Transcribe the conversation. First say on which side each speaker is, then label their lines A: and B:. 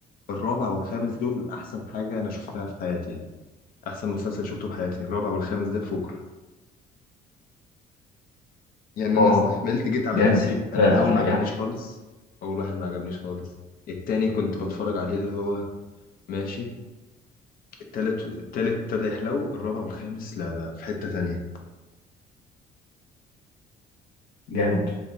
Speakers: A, on the left (about 60°); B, on the left (about 80°).
A: الرابع والخامس دول احسن حاجة انا شفتها في حياتي يعني احسن مسلسل شفته في حياتي الرابع والخامس ده فجر يعني
B: اه
A: انا استحملت جيت على
B: جامد
A: نفسي انا
B: آه
A: الاول ما
B: يعني
A: عجبنيش خالص اول واحد ما عجبنيش خالص التاني كنت بتفرج عليه اللي هو ماشي التالت التالت ابتدى يحلو الرابع والخامس لا لا في حتة تانية
B: جامد